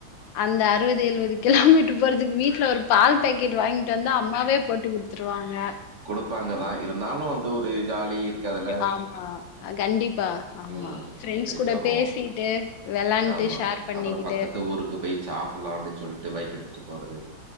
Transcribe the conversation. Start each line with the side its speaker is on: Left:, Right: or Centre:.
Left: அந்த அறுவது எழுவது கிலோமீட்டர் போறதுக்கு வீட்ல ஒரு பால் பேக்கெட் வாங்கிட்டு வந்து அம்மாவே போட்டு குடுத்துருவாங்க
Right: குடுப்பாங்கதா இருந்தாலு அந்த ஒரு ஜாலி இருக்குதுல்ல
Left: ஆம்மா கண்டிப்பா ஆமா.
Right: ம்
Left: ஃப்ரெண்ட்ஸ்
Right: பெயிட்டு
Left: கூட
Right: வருவோ
Left: பேசிட்டு, வெளாண்ட்டு,
Right: ஆம்மா
Left: ஷேர் பண்ணிக்கிட்டு.
Right: அப்பறோ பக்கத்து ஊருக்கு போயி சாப் புல்லா அப்பிடின் சொல்லிட்டு பைக் எடுத்துட்டு போறது